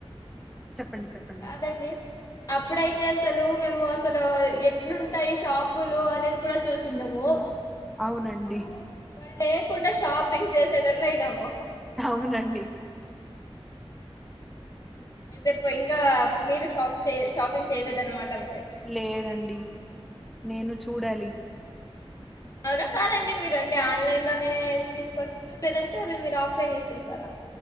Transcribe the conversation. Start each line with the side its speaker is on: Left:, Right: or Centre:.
Centre: చెప్పండి చెప్పండి
Left: కాదండి అప్పుడే అయతే అసలు మేము అసలు ఎట్లుంటాయి షాపులు అనేది కూడా చూసి ము
Centre: అవునండి
Left: ఇప్పుడు వాళ్ళ లేకుండా షాపింగ్ చేసేటట్లు అయినాము
Centre: అవునండి
Left: అయితే ఇంకా మీరు షాప్ షాపింగ్ చేయలేదన్నమాట ఫెస్టివల్
Centre: లేదండి
Left: కి
Centre: నేను చూడాలి
Left: అవునా కాదండి మీరు అంటే ఆన్లైన్ లోనే తీసుకొచ్చు లేదంటే మీరు ఆఫ్లైన్ యూజ్ చేస్తారా